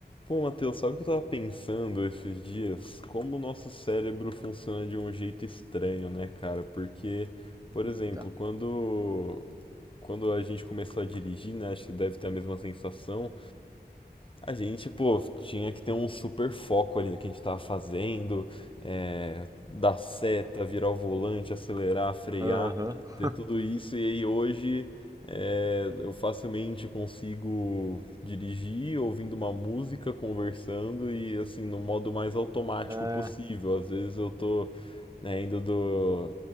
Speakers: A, on the left; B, on the right.
A: Pô, Matheus, sabe o que eu tava pensando esses dias? Como o nosso cérebro funciona de um jeito estranho, né, cara? Porque, por exemplo,
B: Eita.
A: quando, quando a gente começou a dirigir, né, acho que você deve ter a mesma sensação, a gente, pô, tinha que ter um super foco ali no que a gente tava fazendo, é, dar seta, virar o volante, acelerar, frear,
B: Aham.
A: ter
B: <laughs>
A: tudo isso. E aí hoje é, eu facilmente consigo dirigir ouvindo uma música, conversando e assim, no modo mais automático
B: É,
A: possível. Às vezes eu tô, né, indo do,